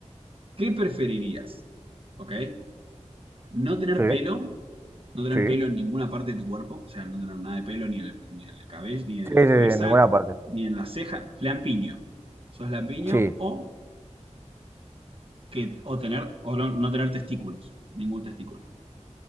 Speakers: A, on the right; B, on the right.
A: ¿Qué preferirías? ¿Ok? ¿No tener
B: Sí,
A: pelo no tener
B: sí.
A: pelo en ninguna parte de tu cuerpo, o sea, no tener nada de pelo ni en el, ni en el cabello, ni en
B: Sí,
A: la
B: sí,
A: cabeza,
B: sí, en ninguna parte.
A: ni en la ceja, lampiño. Sos lampiño
B: Sí.
A: o que o tener o no, no tener testículos, ningún testículo.